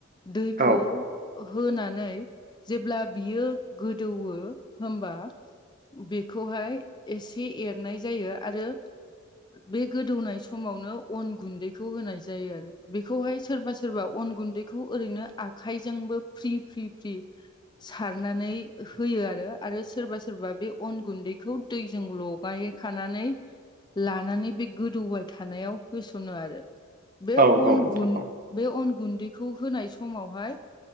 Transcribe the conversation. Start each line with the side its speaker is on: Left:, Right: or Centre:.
Left: दैखौ
Right: औ
Left: ओ होनानै जेब्ला बियो गोदौवो होमबा बेखौहाय एसे एरनाय जायो आरो। बे गोदौनाय समावनो अन गुन्दैखौ होनाय जायो आरो। बेखौहाय सोरबा सोरबा अन गुन्दैखौ ओरैनो आखाइजोंबो फ्रि फ्रि फ्रि सारनानै होयो आरो आरो सोरबा सोरबा बे अन गुन्दैखौ दैजों लगाय खानानै लानानै बे गोदौबाय थानायाव होसनो आरो। बे
Right: औ
Left: अन
Right: औ नोंथां
Left: गुन
Right: औ
Left: बे अन गुन्दैखौ होनाय समावहाय